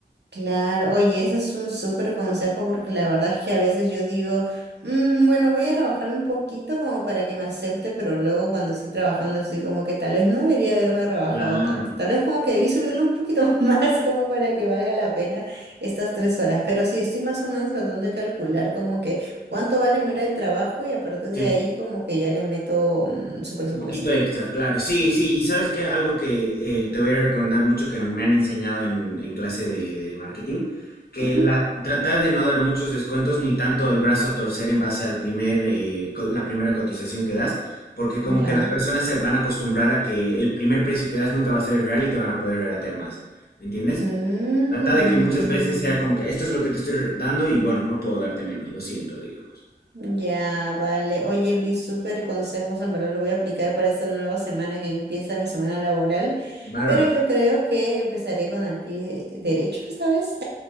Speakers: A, on the right; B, on the left.
A: Claro, oye, ese es un súper consejo porque la verdad es que a veces yo digo, "Mm, bueno, voy a rebajarme un poquito como para que me acepte, pero luego cuando estoy trabajando estoy como que tal vez no debería haberme rebajado
B: Claro,
A: tanto, tal vez como que debí subirle un poquito <laughs> más como para que valga la pena estas tres horas, pero sí estoy más o menos tratando de calcular como que cuánto vale mi hora de trabajo y a partir de
B: sí.
A: ahí como que ya le meto mm, su presupuesto.
B: Un poquito extra, claro. Sí, sí. Y sabes que algo que eh, te voy a recomendar mucho que me han enseñado en, en clase de, de marketing, que
A: Ujú,
B: la, trata de no dar muchos descuentos ni tanto el brazo a torcer en base al primer, eh, co- la primera cotización que das, porque como
A: Ya.
B: que las personas se van a acostumbrar a que el primer precio que das nunca va a ser el real y te van a poder regatear más. ¿Me entiendes?
A: Mm.
B: Trata de que muchas veces sea como que esto es lo que te estoy dando y bueno, no puedo darte menos, lo siento, digamos.
A: Ya, vale. Oye, Luis, súper consejos, en verdad lo voy a aplicar para esta nueva semana que empieza mi semana laboral,
B: Bárbaro.
A: pero yo creo que empezaré con el pie derecho esta vez.